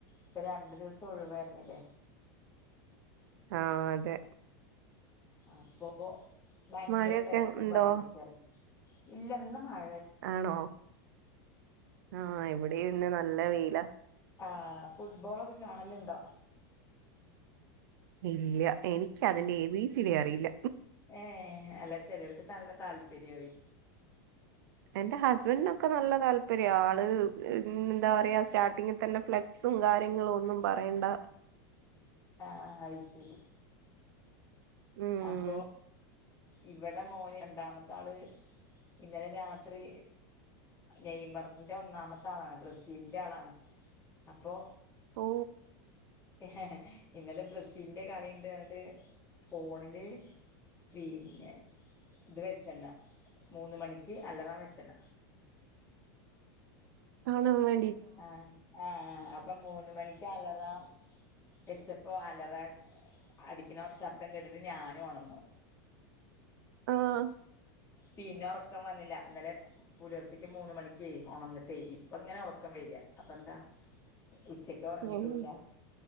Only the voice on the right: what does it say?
ആഹാ അതെ
മഴയൊക്കെ
ഉണ്ടോ
ആണോ ആഹാ ഇവി ഇവിടെ ഇന്ന് നല്ല വെയില
ഇല്ല്യ എനിക്ക് അതിന്റെ എ ബി സി ഡി അറിയില്ല
എൻറെ ഹസ്ബന്റിനൊക്കെ നല്ല താല്പര്യം ആള് എന്താ പറയാ സ്റ്റാർട്ടിങ്ങിൽ തന്നെ ഫ്ലെക്സും കാര്യങ്ങളും ഒന്നും പറയണ്ട
ഉം
ഓ
കാണാൻ വേ
ആഹ്
ഉം